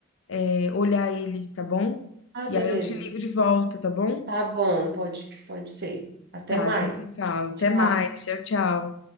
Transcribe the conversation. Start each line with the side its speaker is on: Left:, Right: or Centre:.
Left: é, olhar ele, tá bom?
Right: Ah,
Left: E
Right: beleza.
Left: aí eu te ligo de volta, tá bom?
Right: Tá bom, pode, pode ser. Até
Left: Tá,
Right: mais.
Left: a gente se fala. Até
Right: Tchau.
Left: mais. Tchau, tchau.